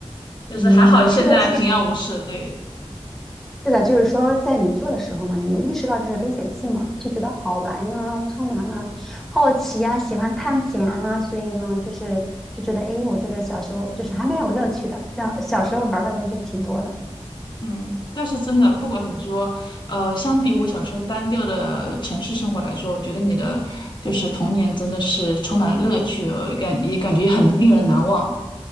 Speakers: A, in the centre; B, on the left.
A: 嗯，
B: 就是还好现在平安无事，
A: 是的，其实
B: 对，
A: 是的，就是说，在你做的时候嘛，你没意识到这是危险性嘛，就觉得好玩呀，充满了好奇呀，喜欢探险啊，所以呢，就是就觉得，诶，我这个小时候就是还蛮有乐趣的，像小时候玩的东西挺多的。
B: 嗯，但是真的不管怎么说，呃，相比我小时候单调的城市生活来说，我觉得你的就是童年真的是充满了乐趣，呃感也感觉很令人难忘，